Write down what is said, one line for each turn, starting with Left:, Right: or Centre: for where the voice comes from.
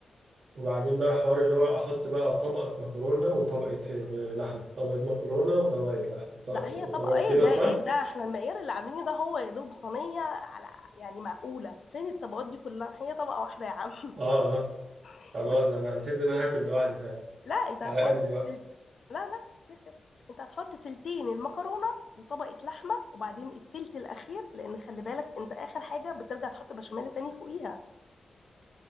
Right: وبعدين بقى حوار اللي هو احط بقى طبقه مكرونه وطبقه آه، لحمه طبقه مكرونه وطبقه لحمه وط-
Left: لا هي
Right: وطبقه
Left: طبقة ايه
Right: كده
Left: ده
Right: صح
Left: ايه ده احنا المعيار اللي عاملينه ده هو يا دوب صينية على يعني معقولة فين الطبقات دي كلها هي طبقة واحدة يا عم
Right: اه اه
Left: <laughs>
Right: خلاص انا نسيت ان انا هاكل لوحدي فعلا
Left: لا انت
Right: على
Left: هتحط
Right: قدي بقى
Left: تل- لا لا كتير كده انت هتحط تلتين المكرونه وطبقه لحمه وبعدين التلت الاخير لان خلي بالك انت اخر حاجه بترجع تحط بشاميل تاني فوقيها